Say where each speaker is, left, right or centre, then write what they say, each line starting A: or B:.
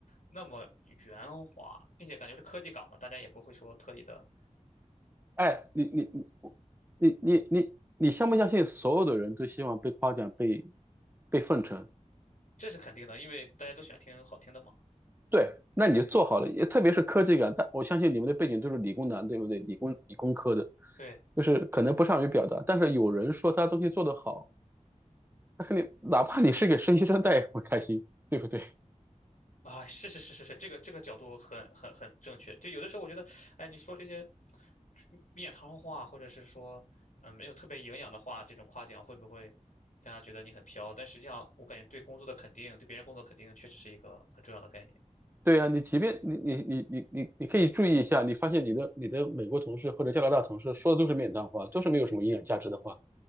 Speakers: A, on the left (about 80°); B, on the right (about 15°).
A: 那么圆滑，并且感觉是科技岗嘛，大家也不会说特意的
B: 哎，你你你你你你你相不相信所有的人都希望被夸奖、被被奉承？
A: 这是肯定的，因为大家都喜欢听好听的嘛。
B: 对，那你就做好了。也特别是科技感，但我相信你们的背景都是理工男，对不对？理工理工科的，
A: 对，
B: 就是可能不善于表达，但是有人说他东西做得好，他肯定哪怕你是给实习生，带，也会开心，对不对？
A: 啊，是是是是是，这个这个角度很很很正确。就有的时候我觉得，哎，你说这些面汤话，或者是说嗯没有特别营养的话，这种夸奖会不会大家觉得你很飘？但实际上，我感觉对工作的肯定，对别人工作肯定，确实是一个很重要的概念。
B: 对啊，你即便你你你你你你可以注意一下，你发现你的你的美国同事或者加拿大同事说的都是面谈话，都是没有什么营养价值的话，